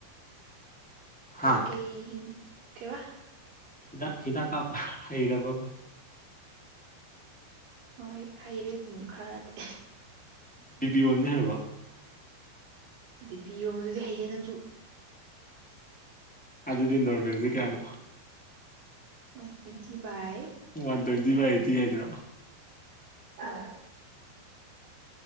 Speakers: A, on the right; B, in the centre.
A: ꯀꯩ
B: ꯍꯥꯥ
A: ꯀꯩ ꯀꯩꯕꯥ
B: ꯍꯤꯗꯥꯛ ꯍꯤꯗꯥꯛ ꯀꯥꯞꯄ ꯍꯩꯔꯕ
A: ꯍꯣꯏ ꯍꯩꯔꯦ ꯑꯗꯨꯝ ꯈꯔꯗꯤ
B: ꯕꯤ ꯄꯤ ꯑꯣꯟꯕꯗꯤ ꯍꯩꯕꯣ
A: ꯕꯤ ꯄꯤ ꯑꯣꯟꯕꯗꯨꯗꯤ ꯍꯩꯍꯦ ꯅꯪꯁꯨ
B: ꯑꯗꯨꯗꯤ ꯅꯣꯔꯃꯦꯜꯁꯦ ꯀꯌꯥꯅꯣ
A: ꯋꯥꯟ ꯇ꯭ꯋꯦꯟꯇꯤ ꯚꯏ
B: ꯋꯥꯟ ꯇ꯭ꯋꯦꯟꯇꯤ ꯚꯥꯏ ꯑꯩꯠꯇꯤ ꯍꯥꯏꯗꯨꯔꯣ
A: <unintelligible>